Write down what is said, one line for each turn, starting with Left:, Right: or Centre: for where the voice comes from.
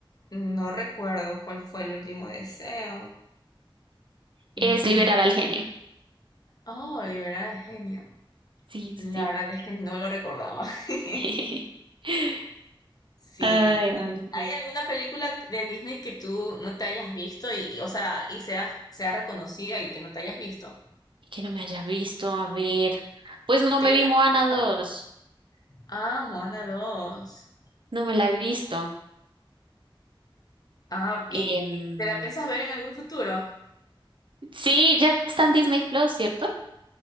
Left: no recuerdo cuál fue el último deseo. Mm,
Right: Es
Left: mm.
Right: liberar al genio.
Left: Oh, liberar al genio.
Right: Sí,
Left: La
Right: sí,
Left: verdad es que no lo recordaba. <laughs>
Right: sí. <laughs>
Left: Sí,
Right: Ay,
Left: ¿y
Right: a
Left: hay
Right: ver.
Left: alguna película de Disney que tú no te hayas visto y, y, o sea, y sea, sea reconocida y que no te hayas visto?
Right: Que no me haya visto, a ver. Pues no
Left: Que
Right: me
Left: ya
Right: vi
Left: las
Right: Moana
Left: has escuchado.
Right: dos.
Left: Ah, Moana 2.
Right: No me la he visto.
Left: Ah, ¿y
Right: Em,
Left: te la piensas ver en algún futuro?
Right: sí, ya está en Disney Plus, ¿cierto?